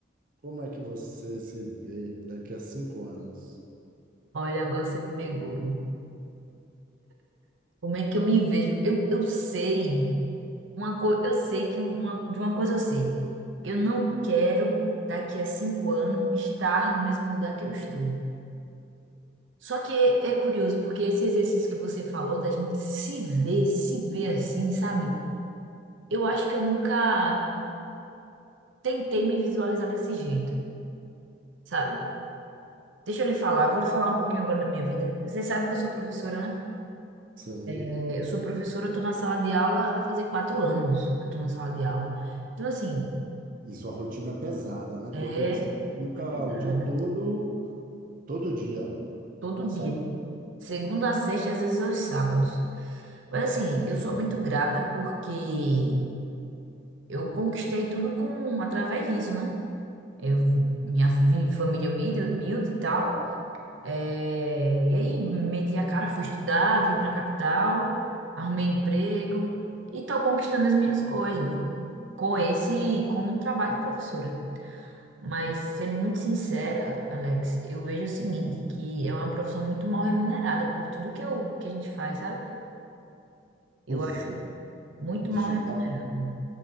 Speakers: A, on the right; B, on the right.
A: Como é que você se vê daqui a 5 anos?
B: Olha, agora você me pegou. viu? Como é que eu me vejo? Eu, eu sei uma coisa, eu sei que uma, de uma coisa eu sei. Eu não quero daqui a cinco anos estar no mesmo lugar que eu estou. Só que é, é curioso porque esse exercício que você falou da gente se ver, se ver assim, sabe? Eu acho que eu nunca tentei me visualizar desse jeito, sabe? Deixa eu lhe falar, eu vou lhe falar um pouquinho agora da minha vida. Você sabe que eu sou professora, né?
A: Sei.
B: É, Eu sou professora, eu tô na sala de aula, vai fazer quatro anos que eu tô na sala de aula. Então, assim,
A: E sua rotina é pesada, né?
B: é
A: Porque você fica
B: é pegada.
A: o dia todo, todo dia
B: Todo
A: na sala.
B: dia. Segunda a sexta, às vezes aos sábados. Mas, assim, eu sou muito grata porque eu conquistei tudo com, através disso, né? Eu, minha vim de família humilde, humilde e tal. É, e aí, meti a cara, fui estudar, vim pra capital, arrumei emprego e tô conquistando as minhas coisas com esse, com o trabalho de professora. Mas, sendo muito sincera, Alex, eu vejo o seguinte, que é uma profissão muito mal remunerada por tudo que, eu, que a gente faz, sabe? Eu
A: Pois
B: acho
A: é,
B: muito
A: deixa
B: mal remunerado.
A: eu dar,